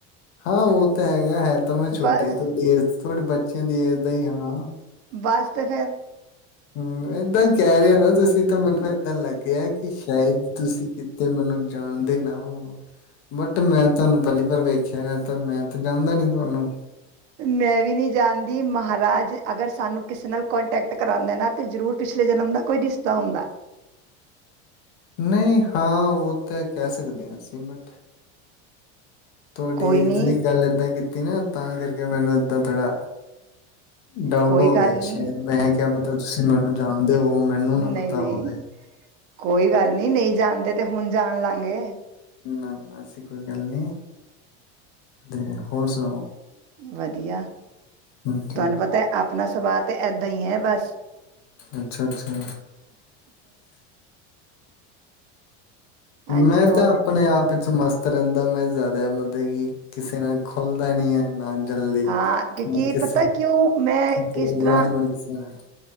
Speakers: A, on the left; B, on the right.
A: ਹਾਂ ਉਹ ਤਾਂ ਹੈਗਾ ਹੈ। ਤਾਂ ਮੈਂ ਛੋਟਾ
B: ਬਸ
A: ਬੇ ਬੱਚਿਆਂ ਦੀ ਏਜ ਦਾ ਹੀ ਹਾਂ
B: ਬਸ ਤੇ ਫੇਰ।
A: ਹਮ ਏਦਾਂ ਕਹਿ ਰਹੇ ਹੋ ਨਾ ਤੁਸੀਂ ਤਾਂ ਮੈਨੂੰ ਪਤਾ ਲੱਗਿਆ ਕਿ ਸ਼ਾਇਦ ਤੁਸੀਂ ਕਿਤੇ ਮੈਨੂੰ ਜਾਣਦੇ ਨਾ ਹੋ ਬਟ ਮੈਂ ਤੁਹਾਨੂੰ ਪਹਿਲੀ ਵਾਰ ਵੇਖਿਆ ਏ ਤੇ ਮੈਂ ਤਾਂ ਜਾਣਦਾ ਨੀ ਤੁਹਾਨੂੰ।
B: ਮੈਂ ਵੀ ਨਹੀਂ ਜਾਣਦੀ ਮਹਾਰਾਜ ਅਗਰ ਸਾਨੂੰ ਕਿਸੇ ਨਾਲ ਕੰਟੈਕਟ ਕਰਾਂਦਾ ਨਾ ਤਾਂ ਜ਼ਰੂਰ ਪਿਛਲੇ ਜਨਮ ਦਾ ਕੋਈ ਰਿਸ਼ਤਾ ਹੁੰਦਾ।
A: ਨਹੀਂ ਹਾਂ ਉਹ ਤਾਂ ਕਹਿ ਸਕਦੇ ਹਾਂ ਅਸੀ ਬਟ ਤੁਹਾਡੀ
B: ਕੋਈ ਨਹੀਂ
A: ਤੁਸੀ ਗੱਲ ਏਦਾਂ ਕੀਤੀ ਤੀ ਨਾ ਤਾਂ ਕਰਕੇ ਮੈਨੂੰ ਏਦਾਂ ਥੋੜ੍ਹਾ ਡਾਊਟ
B: ਕੋਈ
A: ਹੋ
B: ਗੱਲ
A: ਗਿਆ
B: ਨਹੀਂ
A: ਸ਼ਾਇਦ ਮੈਂ ਕਿਆ ਪਤਾ ਤੁਸੀਂ ਮੈਨੂੰ ਜਾਣਦੇ ਹੋ ਮੈਨੂੰ ਨਾ
B: ਨਹੀਂ
A: ਪਤਾ
B: ਨਹੀਂ
A: ਹੋਵੇ।
B: ਕੋਈ ਗੱਲ ਨੀ ਨਹੀਂ ਜਾਣਦੇ ਤੇ ਹੁਣ ਜਾਣ ਲਾਂਗੇ।
A: ਨਾ ਨਾ ਐਸੀ ਕੋਈ ਗੱਲ ਨੀ ਤੇ ਹੋਰ ਸੁਣਾਓ।
B: ਵਧੀਆ
A: ਅੱਛਾ
B: ਤੁਹਾਨੂੰ ਪਤਾ ਆਪਣਾ ਸੁਭਾਅ ਤੇ ਏਦਾਂ ਹੀ ਹੈ। ਬਸ
A: ਅੱਛਾ ਅੱਛਾ।
B: ਹਾਂਜੀ
A: ਮੈਂ
B: ਉਹ
A: ਤਾਂ ਆਪਣੇ ਆਪ ਵਿਚ ਮਸਤ ਤ ਰਹਿੰਦਾ ਮੈਂ ਜ਼ਿਆਦਾ ਮਤਲਬ ਕਿ ਕਿਸੇ ਨਾਲ ਖੁੱਲਦਾ ਨਹੀਂ ਐਨਾ। ਜਲਦੀ
B: ਹਾਂ ਕਿਉਂਕਿ
A: ਮੈਂ ਕਿਸੇ
B: ਪਤਾ ਕਿਉਂ ਮੈਂ
A: ਬੋਲਦਾ
B: ਕਿਸ ਤਰ੍ਹਾਂ
A: ਨੀ ਮੈਂ ਕਿਸੇ ਨਾਲ।